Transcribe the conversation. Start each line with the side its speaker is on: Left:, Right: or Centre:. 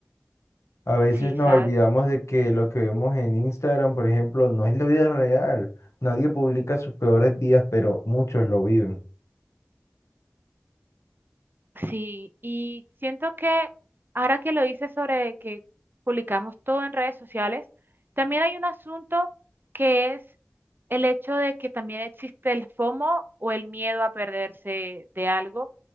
Left: A veces
Right: Sí,
Left: nos
Right: ¿sabes?
Left: olvidamos de que lo que vemos en Instagram, por ejemplo, no es la vida real. Nadie publica sus peores días, pero muchos lo viven.
Right: Sí, y siento que ahora que lo dices sobre que publicamos todo en redes sociales, también hay un asunto que es el hecho de que también existe el FOMO o el miedo a perderse de algo.